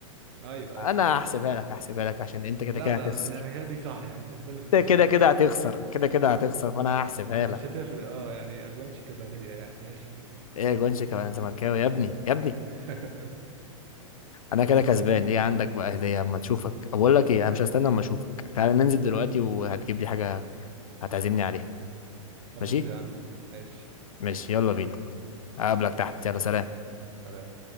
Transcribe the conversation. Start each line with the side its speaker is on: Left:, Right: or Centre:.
Right: ايوه ايوه
Left: انا هحسبها لك هحسبها لك عشان انت كده
Right: لا
Left: كده
Right: لا
Left: هتخسر
Right: لا يعني هي دي صح يعني انت بتسالني في الاوفسايد
Left: انت كده كده هتخسر كده كده هتخسر فانا هحسبها
Right: آه،
Left: لك
Right: مش هتفرق اه يعني اجوان شيكاباليه يعني ماشي
Left: ايه يا جونشك انا زملكاوي يا ابني يا ابني
Right: <laughs>
Left: انا كده كسبان ليه عندك بقى هديه اما تشوفك بقول لك ايه انا مش هستنى اما اشوفك تعال ننزل دلوقتي وهتجيب لي حاجه هتعزمني عليها
Right: خلاص
Left: ماشي
Right: يا عم ماشي
Left: ماشي يلا بينا اقابلك تحت يلا سلام
Right: سلام